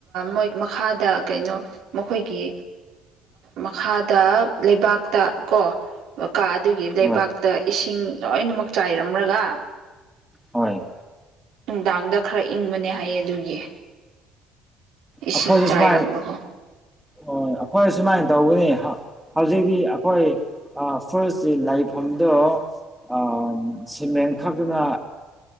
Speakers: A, on the right; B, in the centre.
A: ꯃꯣꯏ ꯃꯈꯥꯗ ꯀꯩꯅꯣ ꯃꯈꯣꯏꯒꯤ ꯃꯈꯥꯗ ꯗꯥ ꯂꯩꯕꯥꯛꯇ ꯀꯣ ꯀꯥ ꯑꯗꯨꯒꯤ ꯂꯩꯕꯥꯛꯇ
B: ꯍꯣꯏ
A: ꯏꯁꯤꯡ ꯂꯣꯏꯅꯃꯛ ꯆꯥꯏꯔꯝꯂꯒ
B: ꯍꯣꯏ
A: ꯅꯨꯡꯗꯥꯡꯗ ꯈꯔ ꯏꯪꯕꯅꯦ ꯍꯥꯏꯌꯦ ꯑꯗꯨꯒꯤ ꯏꯁꯤꯡ
B: ꯑꯩꯈꯣꯏꯁꯨ
A: ꯆꯥꯏꯔꯝꯕ
B: ꯁꯨꯃꯥꯏ
A: ꯍꯣ
B: ꯍꯣꯏ ꯑꯩꯈꯣꯏ ꯑꯁꯨꯃꯥꯏꯅ ꯇꯧꯒꯅꯤ ꯍꯥ ꯍꯧꯖꯤꯛꯇꯤ ꯑꯩꯈꯣꯏ ꯐꯨꯔꯤꯁꯤ ꯂꯥꯏꯐꯝꯗꯣ ꯑ ꯁꯤꯃꯦꯟ ꯈꯛꯇꯅ